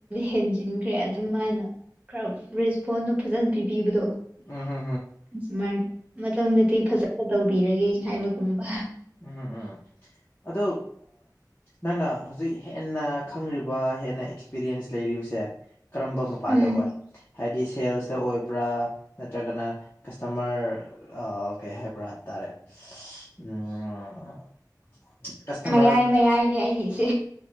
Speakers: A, on the right (about 15°); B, on the left (about 30°).
A: ꯍꯦꯟꯖꯤꯟꯈ꯭ꯔꯦ ꯑꯗꯨꯝꯥꯏꯅ ꯈꯔ ꯔꯦꯁꯄꯣꯟꯗꯣ ꯐꯖꯅ ꯄꯤꯕꯤꯕꯗꯣ
B: ꯎꯝ ꯍꯝ
A: ꯁꯨꯃꯔ ꯃꯇꯝꯗꯗꯤ ꯐꯖꯅ ꯇꯧꯕꯤꯔꯒꯦ ꯍꯥꯏꯕꯒꯨꯝꯕ
B: ꯎꯝꯝ ꯎꯝ ꯑꯗꯣ ꯅꯪꯅ ꯍꯧꯖꯤꯛ ꯍꯦꯟꯅ ꯈꯪꯉꯕ ꯍꯦꯟꯅ ꯑꯦꯛꯁꯄꯤꯔꯤꯌꯦꯟꯁ ꯂꯩꯔꯤꯕꯁꯦ ꯀꯔꯝꯕ ꯃꯄꯥꯗ
A: ꯎꯝ
B: ꯑꯣꯏ ꯍꯥꯏꯗꯤ ꯁꯦꯜꯁꯇ ꯑꯣꯏꯕ꯭ꯔꯥ ꯅꯠꯇ꯭ꯔꯒꯅ ꯀꯁꯇꯃꯔ ꯀꯩ ꯍꯥꯏꯕ꯭ꯔꯥꯇꯥꯥꯔꯦ ꯎ ꯀꯁꯇꯃꯔ
A: ꯃꯌꯥꯏ ꯃꯌꯥꯏꯅꯦ ꯑꯩꯒꯤꯁꯦ